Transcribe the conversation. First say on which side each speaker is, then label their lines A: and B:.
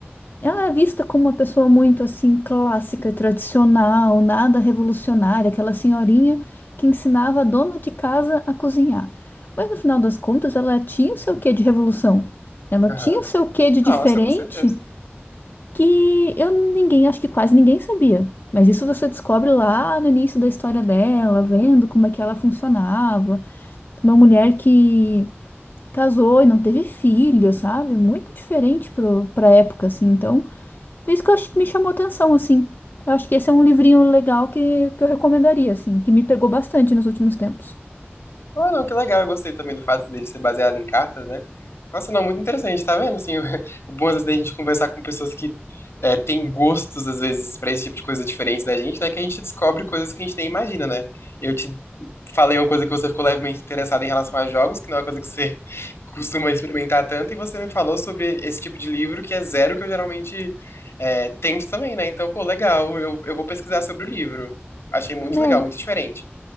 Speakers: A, on the left; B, on the left.
A: Ela é vista como uma pessoa muito assim clássica, tradicional, nada revolucionária, aquela senhorinha que ensinava a dona de casa a cozinhar. Mas no final das contas, ela tinha o seu quê de revolução. Ela
B: aham.
A: tinha o seu quê de
B: Nossa,
A: diferente
B: com certeza.
A: que eu ninguém, acho que quase ninguém sabia. Mas isso você descobre lá no início da história dela, vendo como é que ela funcionava. Uma mulher que casou e não teve filho, sabe? Muito diferente pro, pra época, assim. Então, por isso que eu acho que me chamou atenção, assim. Eu acho que esse é um livrinho legal que, que eu recomendaria, assim, que me pegou bastante nos últimos tempos.
B: Ah, não, que legal. Eu gostei também do fato dele ser baseado em cartas, né? Nossa, não, muito interessante, tá vendo? Assim, o, <laughs> o bom às vezes da gente conversar com pessoas que é, têm gostos, às vezes, pra esse tipo de coisa diferente da gente, né? Que a gente descobre coisas que a gente nem imagina, né? Eu te falei uma coisa que você ficou levemente interessada em relação a jogos, que não é uma coisa que você <laughs> costuma experimentar tanto, e você me falou sobre esse tipo de livro que é zero que eu geralmente é, tento também, né? Então, pô, legal, eu, eu vou pesquisar sobre o livro. Achei muito
A: Né?
B: legal, muito diferente.